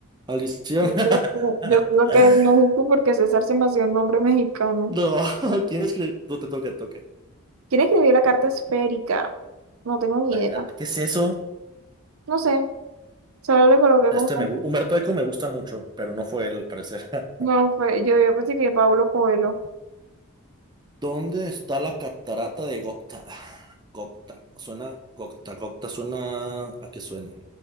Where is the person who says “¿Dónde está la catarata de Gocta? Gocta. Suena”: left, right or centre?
Right